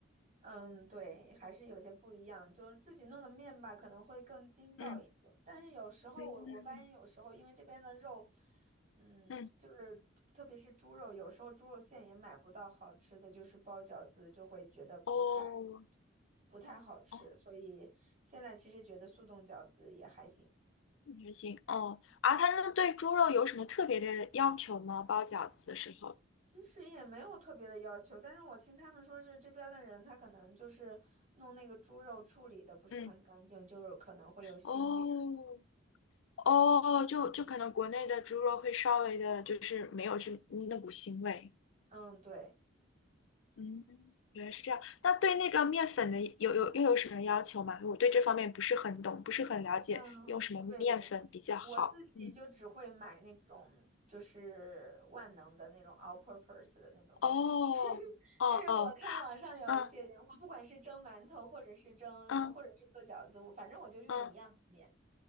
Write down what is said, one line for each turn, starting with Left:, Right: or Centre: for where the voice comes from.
Right: 嗯，对，还是有些不一样，就是自己弄的面吧，可能会更筋道一点，
Left: 嗯
Right: 但是有时候我我发现有时候因为这边的肉，
Left: 嗯，
Right: 嗯，
Left: 嗯，
Right: 就是特别是猪肉，有时候猪肉馅也买不到好吃的，就是包饺子就会觉得不太。
Left: 哦
Right: 不太好吃，
Left: 哦，
Right: 所以现在其实觉得速冻饺子也还行，
Left: 还行哦。啊，他那对猪肉有什么特别的要求吗？包饺子的时候？
Right: 其实也没有特别的要求。但是我听他们说是这边儿的人，他可能就是弄那个猪肉处理的不是很干净，
Left: 嗯，
Right: 就是可能会有腥味。
Left: 哦哦，就就可能国内的猪肉会稍微的，就是没有这那股腥味。
Right: 嗯，对，
Left: 嗯，原来是这样。那对那个面粉的有有又有什么要求吗？我对这方面不是很懂，不是很了解，
Right: 嗯，
Left: 用什么面粉比较好？
Right: 对，我自己就只会买那种就是万能的那种
Left: 嗯，
Right: all-purpose 的那种面粉，
Left: 哦，哦哦，
Right: 但是我看网上有一些人，
Left: 嗯
Right: 我不管是蒸馒头，或者是蒸，
Left: 嗯嗯
Right: 或者是做饺子，我反正我就用一样的面。
Left: 嗯，